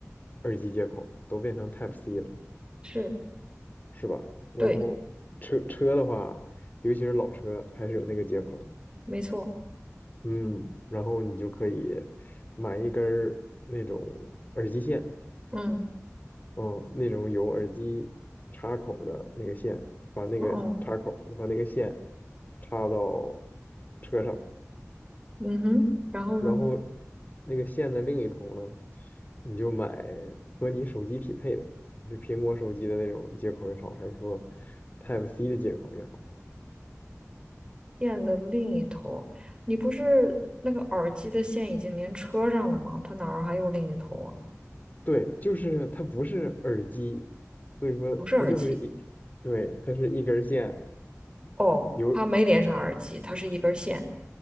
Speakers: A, on the left; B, on the right.
A: 耳机接口，都变成 Type C 了，
B: 是，
A: 是吧？然后车车的话，
B: 对，
A: 尤其是老车，还是有那个接口，
B: 没错。
A: 嗯，然后你就可以买一根儿那种耳机线，
B: 嗯，
A: 嗯，那种有耳机插口的那个线，把那个插口把那个线
B: 哦，
A: 插到车上，
B: 嗯哼，然后呢？
A: 然后那个线的另一头呢，你就买和你手机匹配的，是苹果手机的那种接口也好，还是说 Type C 的接口也好，
B: 电的另一头，你不是那个耳机的线已经连车上了吗？它哪儿还有另一头啊？
A: 对，就是它不是耳机，所以说它就是一，
B: 不是耳机
A: 对，它是一根线
B: 哦，
A: 有，
B: 它没连上耳机，它是一根线